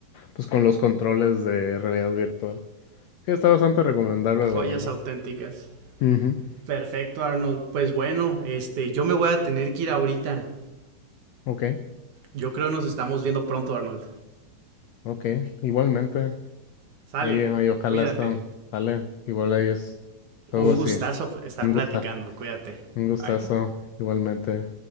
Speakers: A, on the left (about 85°); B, on the right (about 60°).
A: pues con los controles de realidad virtual. Sí, está bastante recomendable,
B: Joyas
A: la verdad.
B: auténticas.
A: Ujú.
B: Perfecto, Arnold. Pues bueno, este, yo me voy a tener que ir ahorita.
A: Ok,
B: Yo creo nos estamos viendo pronto, Arnold.
A: ok. Igualmente.
B: Sale,
A: Ahí, ahí ojalá
B: cuídate.
A: está, sale. Igual ahí es algo
B: Un
A: así.
B: gustazo estar
A: Un
B: platicando,
A: gusta,
B: cuídate.
A: un gustazo,
B: Bye.
A: igualmente.